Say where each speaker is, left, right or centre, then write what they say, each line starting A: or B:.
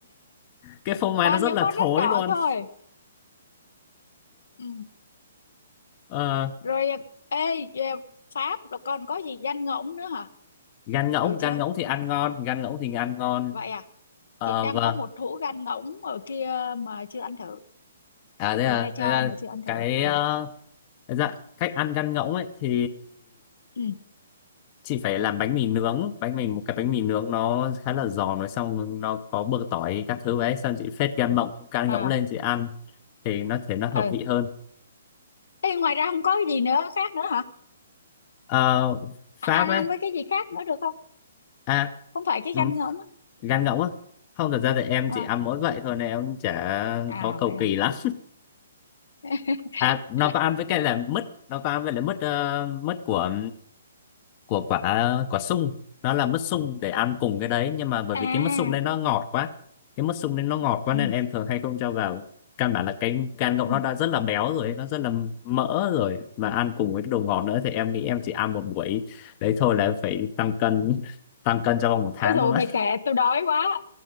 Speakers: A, on the left; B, on the left.
A: cái phô mai
B: toàn
A: nó rất
B: những
A: là
B: món
A: thối
B: đắt đỏ
A: luôn
B: thôi ừ.
A: Ờ,
B: rồi à, ê à, Pháp rồi còn có gì danh ngỗng nữa hả
A: gan ngỗng
B: thử
A: gan
B: chưa
A: ngỗng thì ăn ngon gan ngỗng thì ăn ngon
B: vậy à
A: Ờ,
B: chị đang
A: vâng
B: có một hũ gan ngỗng ở kia mà chưa ăn thử
A: à thế à
B: người ta cho
A: thế là
B: mà chưa ăn thử
A: cái
B: ừ
A: ờ, Dạ, cách ăn gan ngỗng ấy thì
B: ừ
A: chị phải làm bánh mì nướng, bánh mì một cái bánh mì nướng nó khá là giòn rồi xong nó có bơ tỏi các thứ ấy, xong chị phết gan mộng gan
B: à
A: ngỗng lên chị ăn thì nó thể nó hợp
B: ừ
A: vị hơn.
B: Ê, ngoài ra không có cái gì nữa khác nữa hả
A: Ờ, Pháp
B: à, ăn
A: ấy,
B: ăn với cái gì khác nữa được không
A: à
B: không phải cái
A: ừ,
B: gan ngỗng á
A: gan ngỗng á, không thật ra thì em
B: à,
A: chỉ ăn mỗi vậy thôi nên em chả
B: à
A: có cầu
B: vậy hả
A: kỳ lắm.
B: <laughs>
A: À nó có ăn với cái là mứt, nó có ăn với lại mứt ờ, mứt của của quả quả sung nó là mứt sung để ăn cùng cái đấy nhưng mà bởi
B: à
A: vì cái mứt sung đấy nó ngọt quá cái mứt sung đấy nó ngọt quá
B: ừ
A: nên em thường hay không cho vào căn bản là cái gan ngỗng
B: ừ
A: nó đã rất là béo rồi ấy, nó rất là mỡ rồi mà ăn cùng với cái đồ ngọt nữa thì em nghĩ em chỉ ăn một buổi đấy thôi là em phải tăng cân <laughs> tăng cân trong vòng một tháng
B: ôi rồi
A: thôi mà
B: mày kể tôi đói quá